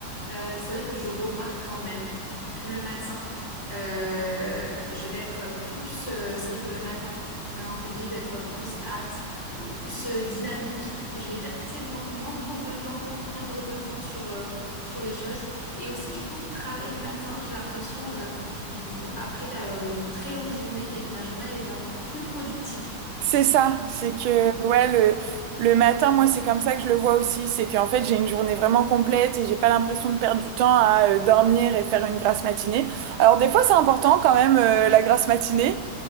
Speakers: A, on the left (about 30°); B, on the right (about 75°).
A: euh, c'est vrai que je remarque quand même que le matin, euh, je vais être plus... euh, c'est vrai que le matin, maintenant que tu le dis, je vais être plus apte ou plus euh, dynamique. Et Je vais peut-être, tu sais, moins, moins prendre de temps, moins perdre de temps sur, euh, sur les choses. Et aussi, je trouve, travailler le matin, j'ai l'impression, euh, du coup, après d'avoir une très longue journée et que ma journée a été encore plus productive.
B: C'est ça, c'est que
A: Mm.
B: ouais le le matin moi c'est comme ça que je le vois aussi, c'est qu'en fait j'ai une journée vraiment complète et j'ai pas l'impression de perdre du temps à euh, dormir et faire une grasse matinée. Alors des fois c'est important quand même euh, la grasse matinée